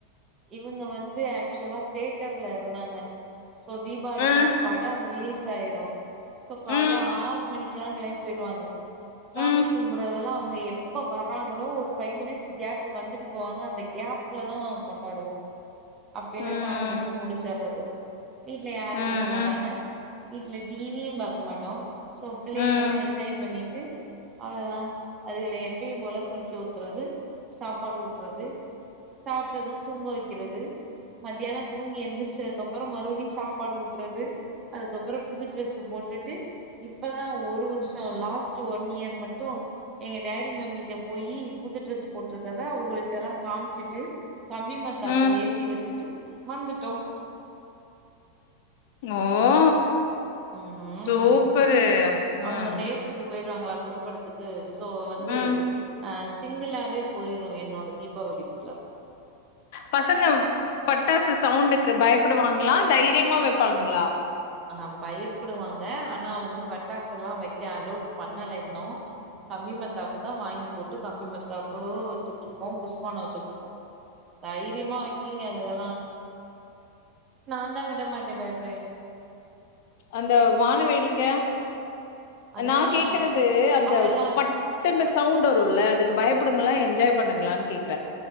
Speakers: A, on the right; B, on the left.
A: இவுங்க வந்து ஆக்சுவலா தேட்டர்ல இருந்தாங்க சோ தீபாவளில்லாம்
B: ம்
A: படோ ரிலீஸ் த் ஆயிரு சோ காலையில
B: ம்
A: ஆறு மணிக்கல்லா கெளம்பி போயிருவாங்க சாமி
B: ம்
A: கும்புறதெல்லா அவுங்க எப்ப வர்றாங்களோ ஒரு ஃபைவ் மினிட்ஸ் கேப் வந்துட்டு போவாங்க அந்த கேப்லதா கொண்டாடுவோ அப்பிடில்லா
B: ம்
A: சாமி கும்புட்டு முடிச்சறது வீட்ல யாரு
B: ம்
A: இருக்க மாட்டாங்க வீட்ல டிவியு பாக்க மாட்டோ சோ பிள்ளைகளோட
B: ம்
A: என்ஜாய் பண்ணி ட்டு அவ்ளவுதா அதுகள எப்பியு போல குளிக்க ஊத்றது சாப்பாடு ஊத்றது சாப்புட்டது தூங்க வைக்கிறது மத்தியானோ தூங்கி எந்திரிச்சக அப்புறோ மறுபடியு சாப்பாடு ஊட்டறது அதுக்கப்புறோ புது ட்ரெஸ் போட்டுட்டு இப்பதா ஒரு வருஷோ லாஸ்ட் ஒன் ன் இயர் மட்டு எங்க டேடி மம்மிட்ட போயி புது ட்ரெஸ் போட்டிருக்கதா அவுல்ட்ட எல்லா காமிச்சுட்டு கம்பி மத்தாப்பு
B: ம்
A: ஏத்தி வச்சிட்டு வந்துட்டோ
B: ஓ
A: ம்
B: சூப்பரு ம்
A: அவங்க தேட்டருக்கு போயிருவாங்களா புது படத்துக்கு சோ வந்து
B: ம்
A: அஸ் சிங்கிளாவே போயிரு என்னோட தீபாவளி ஃபுல்லா
B: பசங்க பட்டாசு சவுண்டுக்கு பயப்படுவாங்களா தைரியமா வைப்பாங்களா
A: ஆ பயப்படுவாங்க ஆனா வந்து பட்டாசு எல்லா வைக்க அலோட் பண்ணல இன்னு கம்பிமத்தாப்புதா வாங்கி போட்டு கம்பிமத்தாப்பு வச்சுட்டு இருப்போ புஷ்வானோ வச்சுட்டு இருப்போ தைரியமா வைக்கீங்க அதுங்கெல்லாம் நான தான் விடமாட்டேன் பயப்படுவேன்
B: அந்த வான வேடிக்க
A: அதெல்லா
B: நா கேக்குறது அந்த
A: அதெல்லா
B: பட்டுன்னுஸ் சவுண்டு வருல்ல அதுக்கு பயப்படுங்களா என்ஜாய் பண்ணுங்களான்னு கேக்குறே